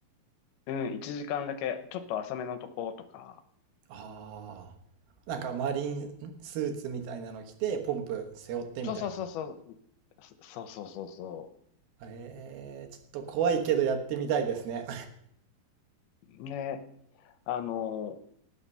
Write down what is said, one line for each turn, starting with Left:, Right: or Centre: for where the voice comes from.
Left: うん、1時間だけ、ちょっと浅めのとことか。
Right: ああ。なんかマリン、んスーツみたいなの着て、ポンプ背負ってみたいな。
Left: そうそうそうそう。そそうそうそうそ
Right: えー、ちょっと怖いけどやってみたいですね。
Left: う。ね、あの、